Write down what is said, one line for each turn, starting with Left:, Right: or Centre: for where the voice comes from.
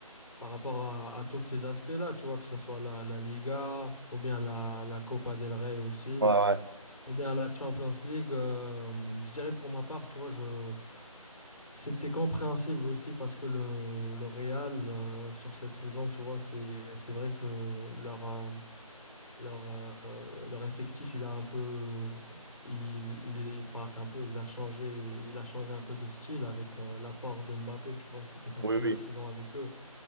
Left: par rapport à, à tous ces aspects-là, tu vois, que ce soit la, la Liga, ou bien la, la Copa del Rey aussi,
Right: ouais, ouais.
Left: ou bien la Champions League. euh, je dirais pour ma part, tu vois, je. C'était compréhensible aussi parce que le, le Real, euh, sur cette saison, tu vois, c'est, c'est vrai que leur, euh, leur, euh, leur effectif, il a un peu, il, il est, pas qu'un peu, il a changé, il a changé un peu de style avec euh, l'apport de Mbappé, tu vois, c'était sa
Right: Oui,
Left: première
Right: oui.
Left: saison avec eux.